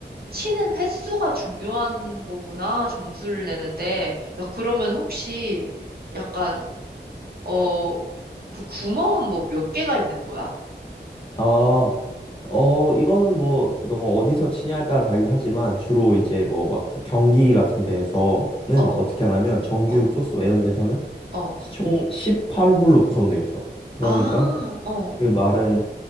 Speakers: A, on the right (about 60°); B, on the left (about 30°).
A: 치는 횟수가 중요한 거구나, 점수를 내는데. 야, 그러면 혹시 약간, 어, 그 구멍은 뭐 몇 개가 있는 거야?
B: 아, 어, 이거는 뭐, 너가 어디서 치냐에 따라 다르긴 하지만, 주로 이제 뭐, 막 경기 같은 데에서는
A: 어,
B: 어떻게 하냐면, 정규
A: 어,
B: 코스 이런 데서는
A: 어.
B: 총 18홀로 구성돼 있어. 그러니까
A: 아, 어,
B: 그 말은